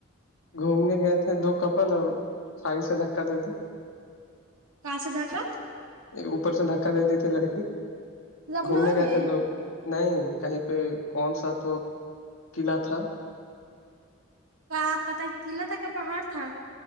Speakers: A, on the left; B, on the right.
A: گھومنے گئے تھے دو کپل اور کھائی سے دھکا دے دی
B: کہاں سے دھکا
A: اوپر سے دھکا دے دی تھی لڑکی
B: لکھنؤ
A: گھومنے
B: میں
A: گیے تھے دو نہیں کہیں پہ کون سا تو قلعہ تھا
B: کا آپ پتہ قلعہ تک کا پہاڑ تھا